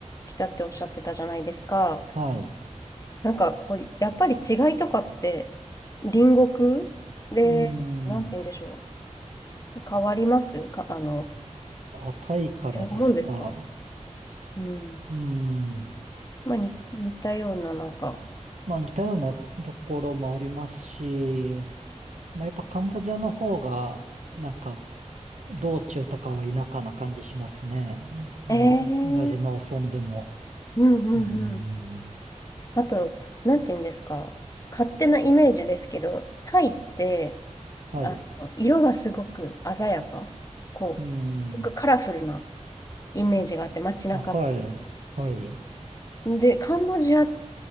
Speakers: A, on the left; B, on the right.
A: きたっておっしゃってたじゃないですか。
B: はい。
A: なんかこう、やっぱり違いとかって隣国で、
B: うん。
A: なんて言うんでしょう。変わりますか、あの、
B: あ、タイからですか。
A: 違うもんですかうん。
B: うん。
A: まあ、に似たような、なんか。
B: まあ、似たようなところもありますし、まあ、やっぱカンボジアの方が、なんか、道中とかは田舎な感じしますね。あの、
A: ええ
B: 同じ農村でも。
A: うんうんうん。
B: うん。
A: あと、なんて言うんですか。勝手なイメージですけど、タイって、
B: はい。
A: あの、色がすごく鮮やか。こ
B: うん。
A: う、なんかカラフルなイメージがあって、街中と。
B: あ、はい。はい。
A: で、カンボジアっ